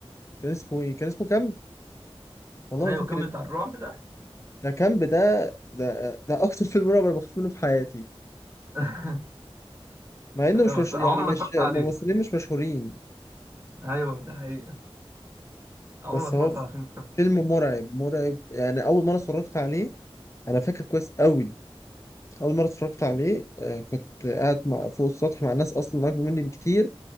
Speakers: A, on the left; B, on the right.
A: كان اسمه إيه؟ كان اسمه كامب؟ والله
B: أيوة
A: ما فاكر
B: كان بتاع الرعب ده
A: ده كامب ده ده ده اكتر فيلم رعب انا بخاف منه في حياتي
B: <laughs>
A: مع انه
B: أنا
A: مش
B: ما
A: مش
B: اتف-
A: يعني
B: عمري
A: مش
B: ما اتفرجت عليه
A: ممثلين مش مشهورين
B: أيوة ده حقيقة عمري
A: بس
B: ما اتفرجت
A: هو
B: على فيلم
A: فيلم مرعب مرعب يعني اول مره اتفرجت عليه انا فاكر كويس قوي اول مره اتفرجت عليه آه، كنت قاعد مع فوق السطح مع ناس اصلا اكبر مني بكتير